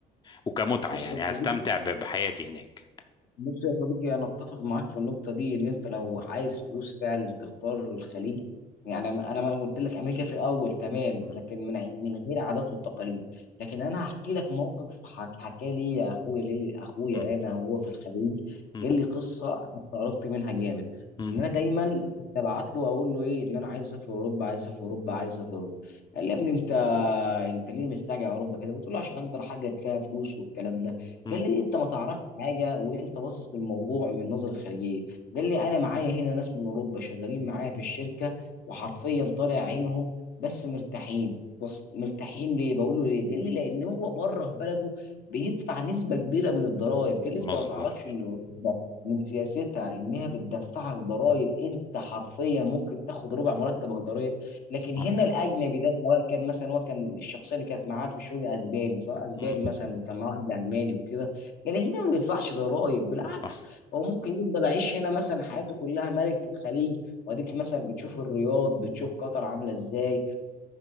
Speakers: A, on the left; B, on the left.
A: وكمتعة
B: بص
A: يعني
B: يا صديقي،
A: هستمتع ب- بحياتي هناك
B: بص يا صديقي انا اتفق معاك في النقطه دي ان انت لو
A: م-
B: عايز فلوس فعلا تختار الخليج يعني انا انا ما قلت لك امريكا في الاول تمام
A: م-
B: لكن من ع- من غير عادات والتقاليد لكن انا هحكي لك موقف حك- حكى لي يا اخويا لي اخويا
A: م-
B: انا وهو في الخليج
A: م-
B: قال لي قصه انا استغربت منها جامد
A: م-
B: ان انا دايما كنت ابعت له اقول له ايه ان انا عايز اسافر اوروبا عايز اسافر اوروبا عايز اسافر اوروبا قال لي يا ابني انت انت ليه مستعجل على اوروبا كده قلت له عشان اقدر احقق فيها فلوس والكلام ده
A: م.
B: قال لي انت ما تعرفش حاجه وانت باصص للموضوع من نظره خارجيه قال لي انا معايا هنا ناس من اوروبا شغالين معايا في الشركه وحرفيا طالع عينهم بس مرتاحين بس مرتاحين ليه بقول له ليه قال لي لان هو بره في بلده بيدفع نسبه كبيره من الضرائب قال لي
A: مظبوط
B: انت ما تعرفش ان اوروبا من سياستها انها بتدفعك ضرائب انت حرفيا ممكن تاخد ربع مرتبك ضرائب لكن
A: صح
B: هنا الاجنبي ده سواء كان مثلا هو كان الشخصيه اللي كانت معاه في الشغل اسباني سواء اسباني
A: م-
B: مثلا وكان معاه واحد الماني وكده قال لي هنا ما بيدفعش ضرائب بالعكس
A: صح
B: هو ممكن يفضل عايش هنا مثلا حياته كلها ملك في الخليج واديك مثلا بتشوف الرياض بتشوف قطر عامله ازاي